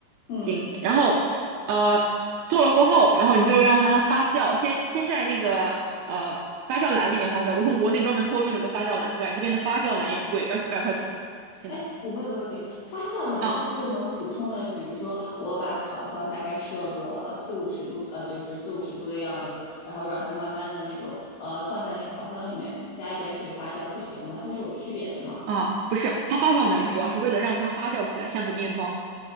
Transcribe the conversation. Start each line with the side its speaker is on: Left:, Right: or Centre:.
Left: 嗯，
Right: 筋。然后呃，做了过后，然后你就让它发酵，先先在那个呃发酵篮里面发酵。我从国内专门托运了个发酵篮过来，这边的发酵篮也贵，要几百块钱。天呐，
Left: 哎，我问个问题，发酵篮根据我们普通的，
Right: 啊
Left: 比如说我把烤箱大概设个四五十度，呃，就是四五十度的样子，然后让它慢慢的那种，呃，放在那个烤箱里面，加一点水发酵，不行吗？它是有区别的吗？
Right: 啊，不是，它发酵篮主要是为了让它发酵起来，像个面包。